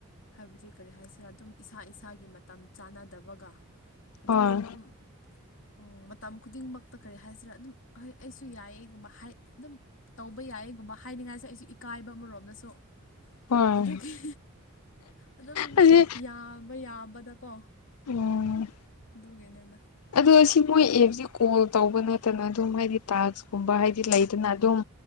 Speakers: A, on the left; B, on the left.
A: ꯍꯥꯏꯕꯗꯤ ꯀꯔꯤ ꯍꯥꯏꯁꯤꯔꯥ ꯑꯗꯨꯝ ꯏꯁꯥ ꯏꯁꯥꯒꯤ ꯃꯇꯝ ꯆꯥꯟꯅꯗꯕꯒ ꯑꯗꯨꯒ
B: ꯍꯣꯏ
A: ꯑꯗꯨꯝ ꯑꯣ ꯃꯇꯝ ꯈꯨꯗꯤꯡꯃꯛꯇ ꯀꯔꯤ ꯍꯥꯏꯁꯤꯔꯥ ꯑꯗꯨꯝꯣꯏ ꯑꯩꯁꯨ ꯌꯥꯏꯑꯒꯨꯝꯕ ꯑꯗꯨꯝ ꯇꯧꯕ ꯌꯥꯏꯌꯦꯒꯨꯝꯕ ꯍꯥꯏꯅꯤꯡꯉꯥꯏꯁꯦ ꯑꯩꯁꯨ ꯏꯀꯥꯏꯕ ꯑꯃꯔꯣꯝꯗꯁꯨ
B: ꯍꯣꯏ
A: ꯑꯗꯨꯒꯤ ꯑꯗꯨꯝ
B: ꯑꯁꯤ
A: ꯌꯥꯕ ꯌꯥꯕꯗꯀꯣ
B: ꯎꯝ
A: ꯑꯗꯨꯒꯤꯅꯤꯅ
B: ꯑꯗꯣ ꯁꯤ ꯃꯣꯏ ꯑꯦꯞꯁꯦ ꯀꯣꯜ ꯇꯧꯕ ꯅꯠꯇꯅ ꯑꯗꯨꯝ ꯍꯥꯏꯗꯤ ꯇꯥꯛꯁꯀꯨꯝꯕ ꯍꯥꯏꯗꯤ ꯂꯩꯗꯅ ꯑꯗꯨꯝ